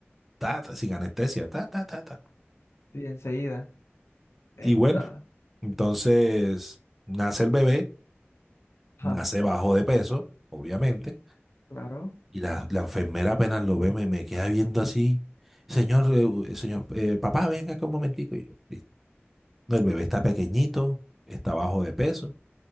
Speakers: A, in the centre; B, on the left.
A: ta, ta, sin anestesia, ta, ta, ta, ta.
B: Sí, enseguida. Esta.
A: Y bueno, entonces nace el bebé,
B: Ajá,
A: nace bajo de peso, obviamente,
B: claro,
A: y la, la enfermera apenas lo ve, me, me queda viendo así, señor, eh, señor, eh, papá, venga acá un momentico. Y yo, "Sí". no, el bebé está pequeñito, está bajo de peso,